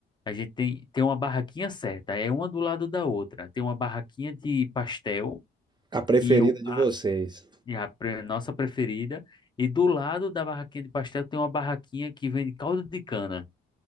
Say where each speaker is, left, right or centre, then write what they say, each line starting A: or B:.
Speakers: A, on the left (about 20°); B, on the right (about 20°).
A: A gente tem, tem uma barraquinha certa, é uma do lado da outra. Tem uma barraquinha de pastel
B: A preferida
A: e eu,
B: de
A: a,
B: vocês.
A: e a pre- nossa preferida. E do lado da barraquinha de pastel tem uma barraquinha que vende caldo de cana.